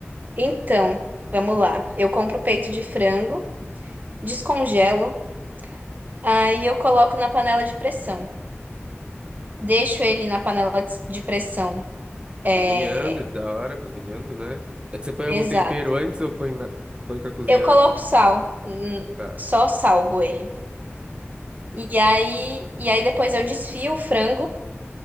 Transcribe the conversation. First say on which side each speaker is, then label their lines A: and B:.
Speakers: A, on the right; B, on the right.
A: Então, vamos lá. Eu compro peito de frango, descongelo, aí eu coloco na panela de pressão. Deixo ele na panela de pressão. É,
B: Cozinhando, da hora, cozinhando, né? Você põe
A: exato.
B: algum tempero antes ou põe, na... põe pra cozinhar
A: Eu coloco
B: antes?
A: sal, hum,
B: Tá,
A: só salgo ele. E aí, e aí depois eu desfio o frango,